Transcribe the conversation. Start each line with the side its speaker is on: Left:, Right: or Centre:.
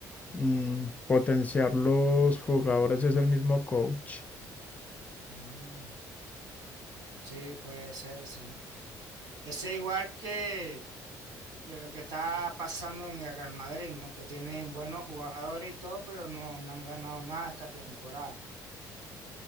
Left: mm, potenciar los jugadores es el mismo coach.
Right: Mm, sí, puede ser, sí. Es igual que, que lo que está pasando en el Real Madrid, ¿no? Que tienen buenos jugadores y todo, pero no, no han ganado nada esta temporada.